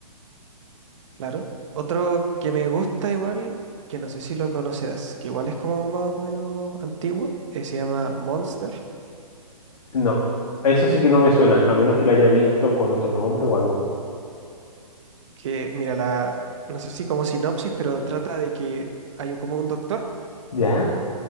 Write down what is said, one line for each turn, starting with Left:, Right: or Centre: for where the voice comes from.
Right: Claro. Otro que me gusta igual, que no sé si lo conocerás, que igual es como más o menos antiguo, eh, se llama Monster,
Left: No, eso sí que no me suena, a menos que la haya visto con otro nombre o algo.
Right: que mira, la, no sé si como sinopsis, pero trata de que hay como un doctor,
Left: ¿Ya?